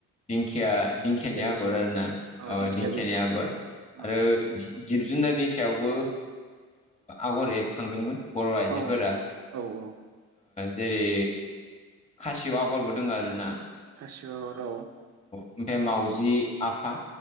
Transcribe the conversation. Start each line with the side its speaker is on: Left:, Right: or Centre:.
Left: दिंखिया दिंखियानि
Right: दिंखिया
Left: आगर
Right: बिजौ
Left: आरो ना
Right: औ
Left: अ
Right: दिंखिया
Left: दिंखियानि
Right: बिजौ
Left: आगर
Right: उम
Left: आरो जिब जुनारनि सायावबो आगर एरखांदोंमोन बर' आइजोफोरा
Right: औ औ औ
Left: जेरै खासियाव आगरबो दङ आरो ना
Right: खासिबो आगर
Left: ओमफ्राय मावजि आफा